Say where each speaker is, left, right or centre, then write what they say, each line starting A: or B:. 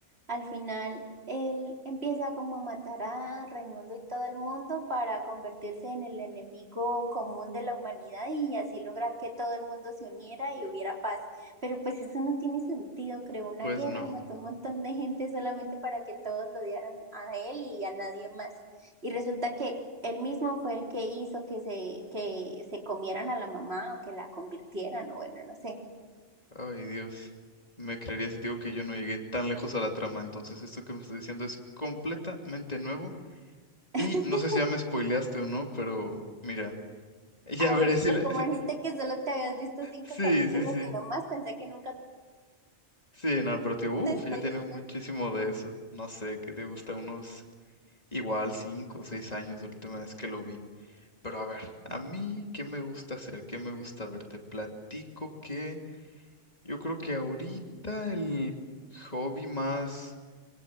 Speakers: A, on the right (about 60°); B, on the left (about 35°).
A: Al final, él empieza como a matar a Raimundo y todo el mundo para convertirse en el enemigo común de la humanidad y así lograr que todo el mundo se uniera y hubiera paz. Pero pues eso no tiene sentido, creó una
B: Pues
A: guerra
B: no.
A: y mató un montón de gente solamente para que todos lo odiaran a él y a nadie más. Y resulta que él mismo fue el que hizo que se, que se comieran a la mamá o que la convirtieran, o bueno, no sé.
B: Ay, Dios. Me creería si te digo que yo no llegué tan lejos a la trama. Entonces, esto que me estás diciendo es completamente nuevo.
A: <laughs>
B: Y no sé si ya me spoileaste o no, pero mira, <laughs> ya
A: Ah,
B: veré
A: bueno,
B: si
A: pues
B: la...
A: como
B: si-
A: dijiste que solo te habías visto cinco
B: Sí,
A: capítulos
B: sí, sí.
A: y no más, pensé que nunca
B: Sí, no, pero te digo,
A: te
B: uff,
A: estoy
B: ya tiene
A: diciendo.
B: muchísimo de eso. No sé, ¿qué te gusta? Unos igual cinco o seis años de la última vez que lo vi. Pero a ver, a
A: Sí.
B: mí, ¿qué me gusta hacer? ¿Qué me gusta ver? Te platico que yo creo que ahorita el hobby más